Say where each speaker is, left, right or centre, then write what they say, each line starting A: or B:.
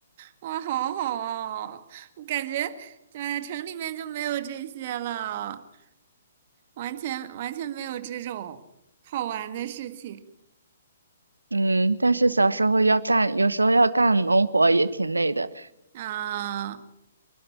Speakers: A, on the right (about 45°); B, on the right (about 80°).
A: 哇，好好哦，我感觉在城里面就没有这些了，完全完全没有这种好玩的事情
B: 嗯，但是小时候要干，有时候要干农活也挺累的。
A: 啊。